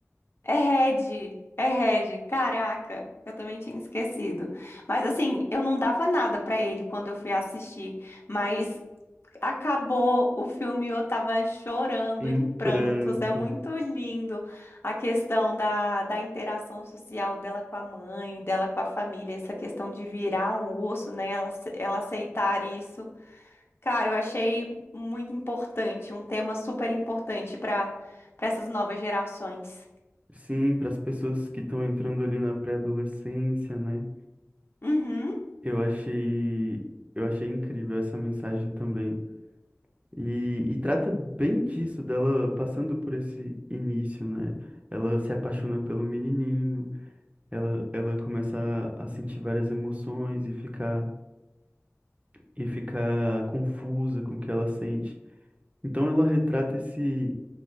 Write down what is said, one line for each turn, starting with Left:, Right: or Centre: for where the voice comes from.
Left: É Red, é Red, caraca, eu também tinha esquecido. Mas assim, eu não dava nada pra ele quando eu fui assistir, mas acabou o filme, eu tava chorando
Right: Em
Left: em prantos.
Right: pranto.
Left: É muito lindo a questão da, da interação social dela com a mãe, dela com a família, essa questão de virar um urso, né? Ela, ace- ela aceitar isso. Cara, eu achei muito importante, um tema super importante para para essas novas gerações.
Right: Sim, para as pessoas que estão entrando ali na pré-adolescência, né?
Left: Uhum.
Right: Eu achei, eu achei incrível essa mensagem também. E, e trata bem disso, dela passando por esse início, né? Ela se apaixona pelo menininho, ela, ela começa a, a sentir várias emoções e ficar, e ficar confusa com o que ela sente. Então ela retrata esse,